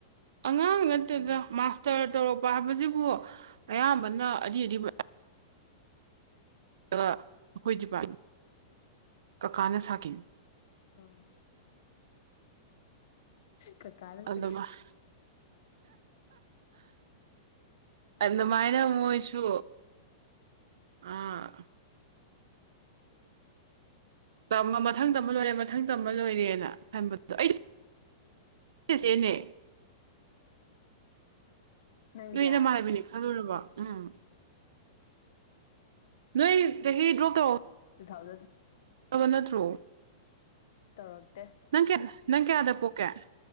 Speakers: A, on the right; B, on the left.
A: ꯑꯉꯥꯡ ꯅꯠꯇꯦꯗ
B: ꯎꯝ
A: ꯃꯥꯁꯇꯔ ꯇꯧꯔꯛꯄ ꯍꯥꯏꯕꯁꯤꯕꯨ ꯑꯌꯥꯝꯕꯅ ꯑꯔꯤ ꯑꯔꯤꯕ ꯑꯩꯈꯣꯏ ꯗꯤꯄꯥꯔꯠꯃꯦꯟ ꯀꯀꯥꯅ ꯁꯥꯈꯤꯅꯤ
B: ꯑꯣ ꯀꯥꯀꯥꯅ
A: ꯑꯗꯨꯃꯥꯏ
B: ꯁꯥꯈꯤ
A: ꯑꯗꯨꯃꯥꯏꯅ ꯃꯣꯏꯁꯨ ꯑꯥ ꯑꯗꯨꯝ ꯃꯊꯪ ꯇꯝꯃ ꯂꯣꯏꯔꯦ ꯃꯊꯪ ꯇꯝꯝꯕ ꯂꯣꯏꯔꯦꯅ ꯈꯟꯕꯗꯣ ꯑꯩ ꯆꯦꯆꯦꯅꯦ
B: ꯅꯪꯁꯦ
A: ꯅꯣꯏ ꯅꯃꯥꯟꯅꯕꯤꯅꯦ ꯈꯜꯂꯨꯔꯕꯣ ꯎꯝ ꯅꯣꯏ ꯆꯍꯤ ꯗ꯭ꯔꯣꯞ ꯇꯧ
B: ꯇꯨ ꯊꯥꯎꯖꯟ
A: ꯇꯕ ꯅꯠꯇ꯭ꯔꯣ
B: ꯇꯧꯔꯛꯇꯦ
A: ꯅꯪ ꯀꯦ ꯅꯪ ꯀꯥꯌꯥꯗ ꯄꯣꯛꯒꯦ